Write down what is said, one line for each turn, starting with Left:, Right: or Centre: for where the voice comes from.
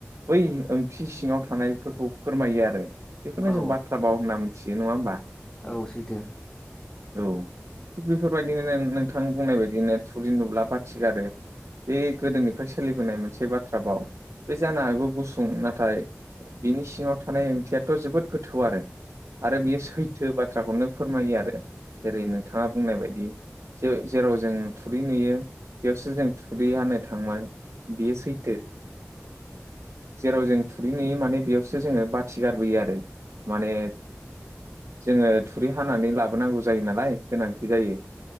Right: बै ओंथि सिङाव थानायफोरखौ फोरमायो आरो बेखौनो
Left: औ
Right: जों बाथ्रा बाव होनना मिथियो नङा होमबा
Left: औ सैथो
Right: औ थिग बेफोरबायदिनो नोंथां बुंनाय बायदिनो थुरि नुब्ला बाथि गारो बे गोदोनि फ्राय सोलिबोनाय मोनसे बाथ्रा बाव बे जानो हागौ गुसुं नाथाय बिनि सिङाव थानाय ओंथियाथ' जोबोद गोथौ आरो आरो बियो सैथो बाथ्राखौनो फोरमायो आरो जेरै नोंथाङा बुंनाय बायदि ज जेराव जों थुरि नुयो बेयावसो जों थुरि हानो थांबाय बियो सैथो जेराव जों थुरि नुयो माने बेयावसो जोङो बाथि गारबोयो आरो माने जोङो थुरि हानानै लाबोनांगौ जायो नालाय गोनांथि जायो